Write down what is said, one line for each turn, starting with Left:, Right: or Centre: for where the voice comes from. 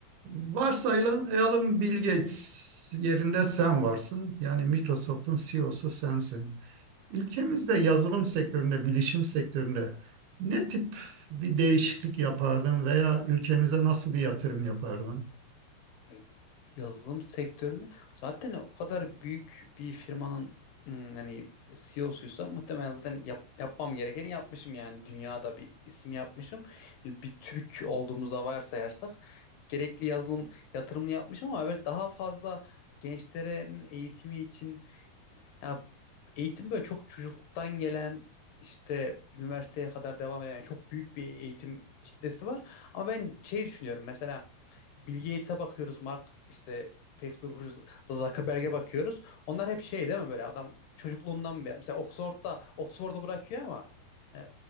Right: Varsayalım Bill Gates yerinde sen varsın. Yani Microsoft'un CEO'su sensin. Ülkemizde yazılım sektöründe, bilişim sektöründe ne tip bir değişiklik yapardın veya ülkemize nasıl bir yatırım yapardın?
Left: e, yazılım sektöründe zaten o kadar büyük bir firmanın hmm, hani CEO'suysa muhtemelen zaten yap- yapmam gerekeni yapmışım yani dünyada bir isim yapmışım. Yani bir Türk olduğumuzda varsayarsak gerekli yazılım yatırımını yapmışım ama böyle daha fazla gençlerin eğitimi için ya eğitim böyle çok çocukluktan gelen işte üniversiteye kadar devam eden yani çok büyük bir eğitim kitlesi var. Ama ben şey düşünüyorum mesela Bill Gates'e bakıyoruz, Mark işte Facebook'un kurucusu Zuckerberg'e bakıyoruz. Onlar hep şey değil mi böyle adam çocukluğundan beri. Mesela Oxford'da Oxford'u bırakıyor ama yani